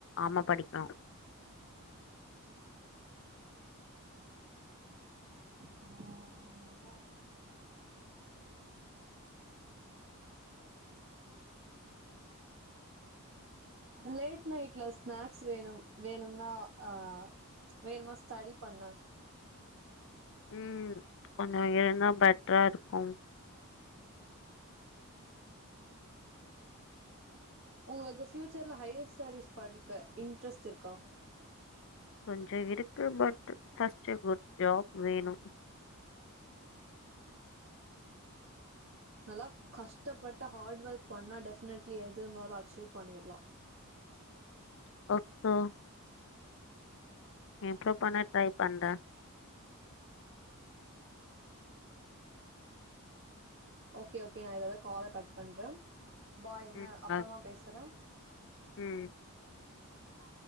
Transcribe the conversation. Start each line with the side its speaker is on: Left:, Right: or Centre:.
Left: ஆமா படிக்கு
Right: ஆ லேட் நைட்ல ஸ்நாக்ஸ் வேணு வேணுனா அஹ் வேணுமா ஸ்டெடி பண்ண
Left: ம்ம் அ இருந்தா பெட்டரா இருக்கு
Right: ஒங்களுக்கு ஃப்யூச்சர்ல ஹையர் ஸ்டெடிஸ் படிக்க இன்ட்ரெஸ்ட் இருக்கா
Left: கொஞ்சொ இருக்கு பட் ஃபர்ஸ்ட்டு குட் ஜாப் வேணு
Right: நல்லா கஷ்டபட்டு ஹார்ட் ஒர்க் பண்ணா டெஃபினெட்லி எது இருந்தாலு அச்சீவ் பண்ணிட்லா
Left: <unintelligible> இம்ப்ரூவ் பண்ண ட்ரை பண்ற
Right: ஓகே ஓகே நா இதோட கால கட் பண்ற பாய்ன
Left: ம்
Right: அப்பறமா
Left: ஓகே.
Right: பேசுற
Left: ம்
Right: ஆ